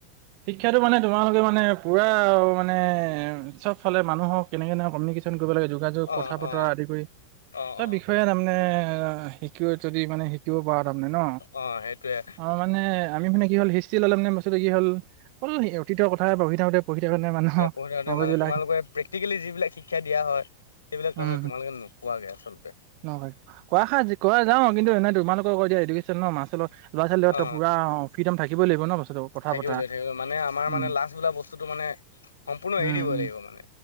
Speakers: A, on the right; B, on the left.
A: শিক্ষাটো মানে তোমালোকে মানে পুৰা মানে চব ফালে মানুহক কেনেকে কমিউিকেশ্যন কৰিব লাগে যোগাযোগ
B: অ
A: কথা বতৰা
B: অ
A: আদি কৰি
B: অ
A: চব
B: অ
A: বিষয়ে তাৰমানে শিক যদি মানে শিকিব পৰা তাৰমানে ন
B: অ সেইটোয়ে
A: অ মানে আমি মানে কি হ'ল ললে মানে বস্তুটো কি হল প্ৰত কথাই পঢ়ি থাকোতে পঢ়ি থাকোঁতে মানুহৰ
B: পঢ়ি থাকোতে
A: মগজবিলাক
B: মানে তোমালোকে প্ৰেক্টিকেলি যিবিলাক শিক্ষা দিয়া হয় সেইবিলাক তাৰমানে
A: উম
B: তোমালোকে নোপোৱাগে আচলতে
A: ন কোৱা সি কোৱা যাও কিন্তু এনেই তোমালোকক ক এডুকেশ্বন ন মাস্ত লগত লৰা ছোৱালী লগত
B: অ
A: টো পুৰা ফ্ৰীডম থাকইাগিব ন বস্তুটো কথা
B: থাকিব
A: বতৰা
B: লাগ থাকিব মানে আমাৰ
A: উম
B: মানে লাাজ বোলা বস্তুটো মানে সম্পূৰ্ণ
A: উম
B: এৰি দিবই
A: উম
B: লাগিব মানে